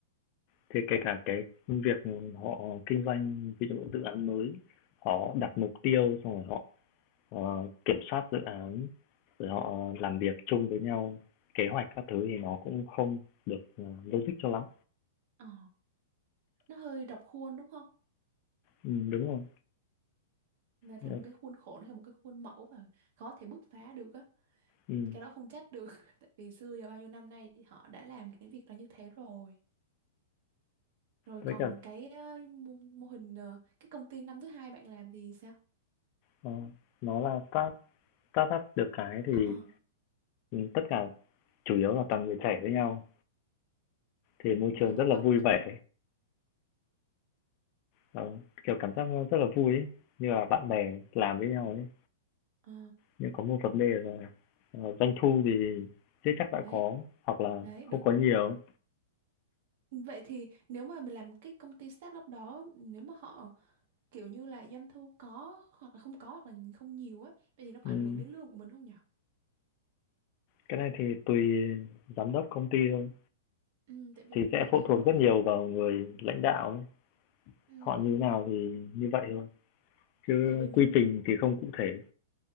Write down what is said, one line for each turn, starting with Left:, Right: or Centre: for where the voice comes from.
Left: thì kể cả cái việc họ kinh doanh ví dụ dự án mới, họ đặt mục tiêu xong rồi họ ờ, kiểm soát dự án, rồi họ làm việc chung với nhau, kế hoạch các thứ thì nó cũng không được ờ, logic cho lắm.
Right: Ờ, nó hơi rập khuôn đúng không?
Left: Ừm, đúng rồi.
Right: Nó theo
Left: Ờ,
Right: một cái khuôn khổ, nó theo một cái khuôn mẫu và khó thể bứt phá được á.
Left: Ừ,
Right: Cái đó không trách được, <laughs> tại vì xưa và bao nhiêu năm nay thì họ đã làm cái việc đó như thế rồi. Rồi còn
Left: với cả
Right: cái ờ, mô, mô hình ờ, cái công ty năm thứ hai bạn làm thì sao?
Left: ờ, nó là start start up được cái thì
Right: Ờ,
Left: tất cả chủ yếu là toàn người trẻ với nhau thì môi trường
Right: hơi bấp
Left: rất là
Right: bênh.
Left: vui vẻ Ờ, kiểu cảm giác rất là vui ấy. như là bạn bè làm với nhau ấy
Right: Ờ,
Left: nhưng có một vấn đề là ờ, doanh thu thì chưa chắc đã
Right: đấy,
Left: có hoặc là
Right: đấy
Left: không
Right: đúng.
Left: có nhiều
Right: Vậy thì nếu mà mình làm cái công ty startup đó, nếu mà họ kiểu như là doanh thu có hoặc là không có hoặc là không nhiều á, vậy thì nó có
Left: ừ.
Right: ảnh hưởng đến lương của mình không nhỉ?
Left: cái này thì tùy giám đốc công ty thôi
Right: Ừm, tại vì
Left: thì
Right: mình
Left: sẽ
Right: nghĩ
Left: phụ
Right: kiểu
Left: thuộc
Right: lúc
Left: rất
Right: khi
Left: nhiều vào người lãnh đạo ấy
Right: ừm,
Left: họ như thế nào thì như vậy thôi chứ
Right: tại vì mình
Left: quy
Right: nghĩ
Left: trình thì không cụ thể